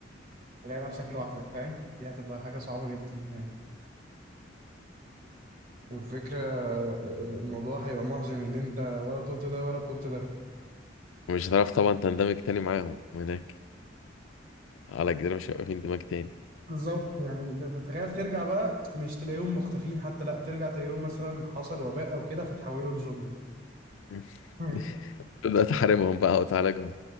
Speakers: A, on the right; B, on the left.
A: تلاقي نفسك لوحدك فاهم دي هتبقى حاجة صعبة جدا يعني والفكرة الموضوع هيبقى محزن اللي انت ولا طولت ده ولا طولت ده
B: ومش هتعرف طبعا تندمج تاني معاهم هناك على الجزيرة مش هيبقى في اندماج تاني
A: بالظبط يعني تتخيل ترجع بقى مش تلاقيهم مختفين حتى لا ترجع تلاقيهم مثلا حصل وباء او كده فتحولوا لزومبي
B: <laughs>
A: مم.
B: تبدأ تحاربهم بقى وتعالجهم